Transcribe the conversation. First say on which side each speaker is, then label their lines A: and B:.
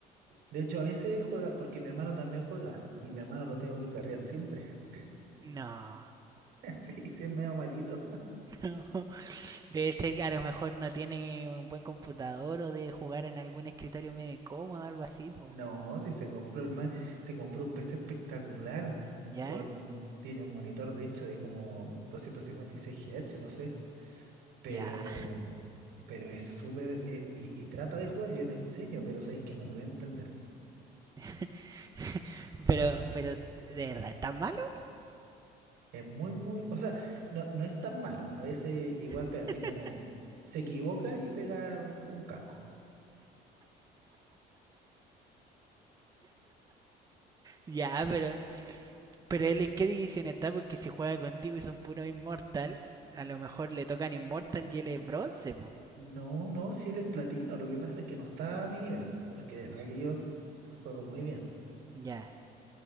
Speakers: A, on the right; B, on the right.
A: De hecho, a veces juega, porque mi hermano también juega y mi hermano lo tengo que carrear siempre. <laughs>
B: No.
A: Sí, sí, es medio malito.
B: <laughs> Debe ser que a lo mejor no tiene un buen computador o debe jugar en algún escritorio medio incómodo, algo así, po.
A: No, si se compró el man, se compró un PC espectacular
B: ¿Ya?
A: con tiene un monitor de hecho de como 256 Hz, no sé, pero
B: Ya.
A: pero es súper eh, y, y trata de jugar, yo le enseño, pero sabéis que no puede entender.
B: <laughs> Pero, pero, ¿de verdad es tan malo?
A: Es muy muy, o sea, no no es tan malo, a veces igual
B: <laughs>
A: pero así como se equivoca y pega un casco.
B: Ya, pero, pero él en qué división está, porque si juega contigo y son puro inmortal, a lo mejor le tocan inmortal y él es bronce, po.
A: No, no, si él es platino, lo que pasa es que no está a mi nivel, porque de verdad que yo juego muy bien.
B: Ya.